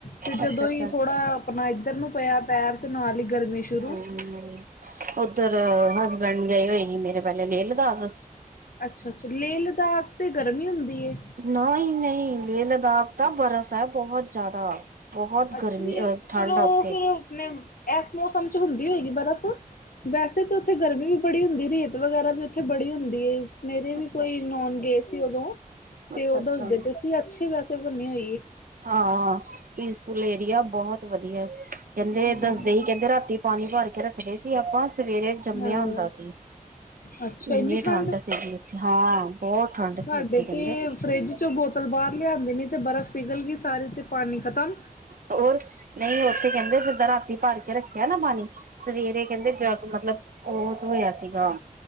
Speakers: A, on the left; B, on the right.
A: ਤੇ ਜਦੋਂ
B: ਅੱਛਾ ਅੱਛਾ
A: ਹੀ ਥੋੜਾ ਆਪਣਾ ਇੱਧਰ ਨੂੰ ਪਿਆ ਪੈਰ ਤੇ ਨਾਲ ਹੀ ਗਰਮੀ ਸ਼ੁਰੂ
B: ਹਮ ਉੱਧਰ ਹਸਬੈਂਡ ਗਏ ਹੋਏ ਸੀ ਮੇਰੇ ਪਹਿਲੇ ਲੇਹ ਲਦਾਖ।
A: ਅੱਛਾ-ਅੱਛਾ ਲੇਹ ਲਦਾਖ ਤੇ ਗਰਮੀ ਹੁੰਦੀ ਹੈ।
B: ਨਹੀਂ-ਨਹੀਂ ਲੇਹ ਲਦਾਖ ਤਾਂ ਬਰਫ਼ ਹੈ ਬਹੁਤ ਜ਼ਿਆਦਾ। ਬਹੁਤ
A: ਅੱਛਾ
B: ਗਰਮੀ
A: ਜੀ
B: ਅ ਠੰਡ
A: ਚਲੋ
B: ਆ ਉੱਥੇ
A: ਫਿਰ ਆਪਣੇ ਇਸ ਮੌਸਮ ਚ ਹੁੰਦੀ ਹੋਏਗੀ ਬਰਫ਼ ਵੈਸੇ ਤਾਂ ਉੱਥੇ ਗਰਮੀ ਵੀ। ਬੜੀ ਹੁੰਦੀ ਰੇਤ ਵਗੈਰਾ ਵੀ ਉੱਥੇ ਬੜੀ ਹੁੰਦੀ ਏ। ਮੇਰੇ ਵੀ
B: ਅੱਛਾ
A: ਕੋਈ
B: ਅੱਛਾ
A: ਨੋਨ ਗਏ ਸੀ ਉਦੋਂ ਤੇ
B: ਅੱਛਾ
A: ਉਹ
B: ਅੱਛਾ
A: ਦੱਸਦੇ ਪਏ ਸੀ ਅੱਛੇ ਵੈਸੇ ਬਣੀ ਹੋਈਏ।
B: ਹਾਂ, ਪੀਸਫੁਲ ਏਰੀਆ ਬਹੁਤ ਵਧੀਆ ਕਹਿੰਦੇ
A: ਹੂੰ।
B: ਦੱਸਦੇ ਹੀ ਕਹਿੰਦੇ ਰਾਤੀ ਪਾਣੀ ਭਰ ਕੇ ਰੱਖਦੇ ਸੀ ਆਪਾਂ ਸਵੇਰੇ ਜੰਮਿਆ
A: ਹਾਂ
B: ਹੁੰਦਾ ਸੀ।
A: ਅੱਛਾ
B: ਇੰਨੀ
A: ਠੰਡ
B: ਠੰਢ ਸੀਗੀ ਉਥੇ ਹਾਂ ਬਹੁਤ ਠੰਢ
A: ਸਾਡੇ
B: ਸੀ ਉੱਥੇ ਕਹਿੰਦੇ।
A: ਤੇ ਫਰਿੱਜ ਚੋਂ ਬੋਤਲ ਬਾਹਰ ਲਿਆਂਦੇ ਨੇ ਤੇ ਬਰਫ਼ ਪਿਘਲ ਗਈ ਸਾਰੀ ਤੇ ਪਾਣੀ ਖਤਮ
B: ਹੋਰ ਨਹੀਂ ਉੱਥੇ ਕਹਿੰਦੇ ਜਿੱਦਾਂ ਰਾਤੀ ਭਰ ਕੇ ਰੱਖ ਨਾ ਪਾਣੀ ਸਵੇਰੇ ਕਹਿੰਦੇ ਜਗ ਮਤਲਬ ਉਹ ਚ ਹੋਇਆ ਸੀਗਾ